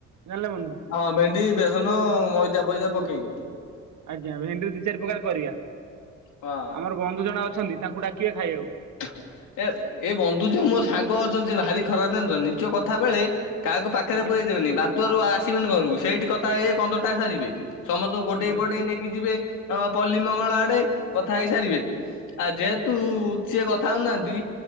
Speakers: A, on the right (about 70°); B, on the left (about 85°).
A: ଜାଣିଲେ ବନ୍ଧୁ।
B: ହଁ ଭେଣ୍ଡି ବେସନ ମଇଦା ଫଇଦା ପକେଇକି।
A: ଆଜ୍ଞା ଭେଣ୍ଡିରେ ଦି ଚାରି ପ୍ରକାର କରିବା
B: ହଁ
A: ଆମର ବନ୍ଧୁ ଜଣେ ଅଛନ୍ତି ତାଙ୍କୁ ଡ଼ାକିବା ଖାଇବାକୁ।
B: ଥୁଁଉ ଏ ବନ୍ଧୁ ଯୋଉ ମୋ ସାଙ୍ଗ ଅଛନ୍ତି ସେ ଭାରି ଖରାପ୍‌ ଜାଣିଛ ନିଜ କଥା ବେଳେ କାହାକୁ ପାଖରେ
A: ଆଜ୍ଞା
B: ପୁରେଇ ଦେବେନି ବାତୁ ଆରୁ ଆସିବନି ଘରକୁ ସେଇଠି କଥା ହେଇ ହେଇ ପନ୍ଦର ଟା ସାରିବେ। ସମସ୍ତଙ୍କୁ ଗୋଟେଇ
A: ଆଜ୍ଞା
B: ପଟେଇ ନେଇକି ଯିବେ ପଲ୍ଲୀ ମଙ୍ଗଳା ଆଡ଼େ। କଥା ହେଇ ସାରିବେ ଆଉ ଯେହେତୁ ସିଏ କଥା ହଉନାହାନ୍ତି